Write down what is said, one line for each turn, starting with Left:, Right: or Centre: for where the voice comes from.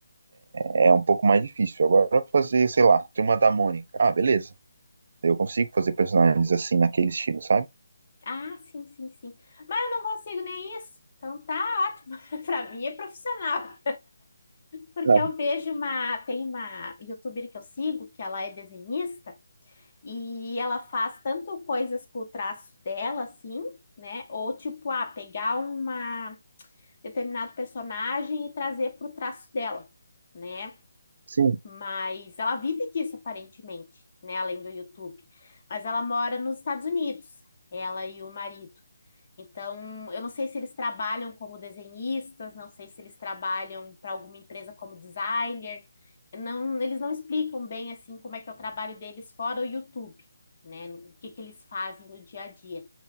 Right: é um pouco mais difícil. Agora, pra fazer, sei lá, Turma da Mônica. Ah, beleza. Eu consigo fazer personagens assim, naquele estilo, sabe?
Left: Ah, sim, sim, sim. Mas eu não consigo nem isso. Então tá, ó. <laughs> Pra mim é profissional. Porque
Right: Ah,
Left: eu vejo uma. Tem uma youtuber que eu sigo, que ela é desenhista. E ela faz tanto coisas com o traço dela, assim, né? Ou tipo, ah, pegar uma determinado personagem e trazer para o traço dela, né?
Right: sim,
Left: Mas ela vive disso aparentemente, né? Além do YouTube. Mas ela mora nos Estados Unidos, ela e o marido. Então, eu não sei se eles trabalham como desenhistas, não sei se eles trabalham para alguma empresa como designer. Não, eles não explicam bem assim como é que é o trabalho deles fora o YouTube, né? O que que eles fazem no dia a dia.